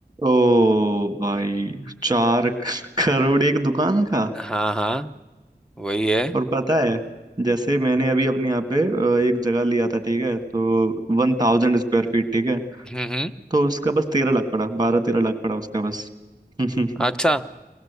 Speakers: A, on the right (about 20°); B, in the centre.
A: ओ भाई चार करोड़ एक दुकान का
B: हाँ हाँ वही है
A: और पता है जैसे मैंने अभी अपने यहाँ पे अ, एक जगह लिया था ठीक है तो वन थाउजेंड स्क्वायर फीट ठीक है
B: हम्म हम्म
A: तो उसका बस तेरह लाख पड़ा बारह तेरह लाख पड़ा उसका बस <laughs>
B: अच्छा